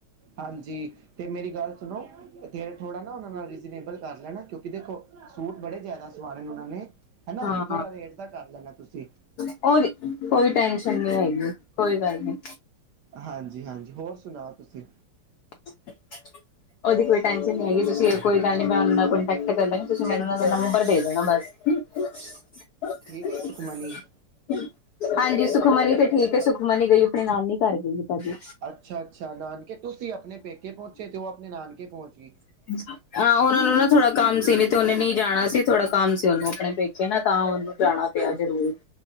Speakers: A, on the right; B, on the left.
A: ਹਾਂਜੀ ਤੇ ਮੇਰੀ ਗੱਲ ਸੁਣੋ। ਤੇ ਥੋੜਾ ਨਾ ਓਨਾਂ ਨਾਲ ਰੀਜਨੇਬਲ ਕਰ ਲੈਣਾ, ਕੇਓਕਿ ਦੇਖੋ ਸੂਟ ਬੜੇ ਜਾਦਾ ਸਵਾਣੇ ਨੇ ਓਨਾਂ ਨੇ। ਹਨਾ,
B: ਹਾਂ
A: ਥੋੜਾ ਰੇਟ ਦਾ ਕਾਰ ਲੈਣਾ ਤੁਸੀ।
B: ਉਹ ਕੋਈ ਟੈਨਸ਼ਨ ਨਹੀਂ ਹੈਗੀ ਕੋਈ ਗੱਲ ਨੀ
A: ਹਾਂਜੀ ਹਾਂਜੀ ਹੋਰ ਸੁਣਾਓ ਤੁਸੀਂ
B: <unintelligible> ਓਦੀ ਕੋਈ ਟੈਨਸ਼ਨ ਨੀ ਹੈਗੀ ਤੁਸੀਂ ਕੋਈ ਗਾੱਲ ਨੀ ਮੈਂ ਓਨਾਂ ਨਾਲ ਕੋਂਟੈਕਟ ਕਰ ਲਾਂਗੀ ਤੁਸੀਂ ਮੈਨ ਓਨਾ ਦਾ ਨੰਬਰ ਦੇ ਦੇਣਾ ਬਾੱਸ। <unintelligible>
A: ਠੀਕ ਹੈ ਸੁਖਮਨੀ
B: ਹਾਂਜੀ ਸੁਖਮਨੀ ਤੇ ਠੀਕ ਹੈ ਸੁਖਮਨੀ ਗਈ ਆਪਣੀ ਨਾਨੀ ਘਾਰ ਗਈ ਏ ਭਾਜੀ
A: ਅੱਛਾ ਅੱਛਾ ਨਾਨਕੇ ਤੁਸੀਂ ਆਪਣੇ ਪੇਕੇ ਪਹੁੰਚੇ ਤੇ ਉਹ ਆਪਣੇ ਨਾਨਕੇ ਪਹੁੰਚ ਗਏ
B: <unintelligible> ਉਹਨਾ ਨੂੰ ਨਾ ਥੋੜਾ ਕੰਮ ਸੀ ਨ ਤੇ ਉਹਨੇ ਨਈ ਜਾਣਾ ਸੀ ਥੋੜਾ ਕੰਮ ਸੀ ਉਹਨੂੰ ਆਪਣੇ ਪੇਖੇ ਨਾ ਤਾਂ ਉਹਨੂੰ ਜਾਣਾ ਪੇਆ ਜਰੂੂਰ